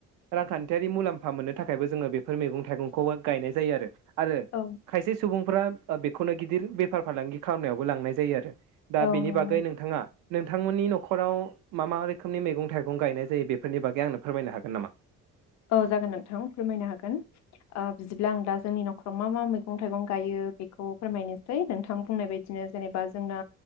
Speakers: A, on the right (about 80°); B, on the left (about 60°).
A: रांखान्थियारि मुलाम्फा मोननो थाखायबो जोङो बेफोर मैगं थाइगंखौ गायनाय जायो आरो आरो
B: औ
A: खायसे सुबुं फोरा बेखौनो गिदिर बेफार फालांगि खालामनायावबो लांनाय जायो आरो। दा
B: औ
A: बेनि
B: नंगौ
A: बागै
B: नोंथां
A: नोंथाङा नोंथांमोननि न'खराव मा मा रोखोमनि मैगं थाइगं गायनाय जायो? बेफोरनि बागै आंनो फोरमायनो हागोन नामा?
B: औ जागोन नोंथां फोरमायनो हागोन बिदिब्ला आं दा जोंनि न'खराव मा मा मैगं थाइगं गायो बेखौ फोरमायनोसै नोंथां बुंनाय बायदिनो जेनेबा जोंना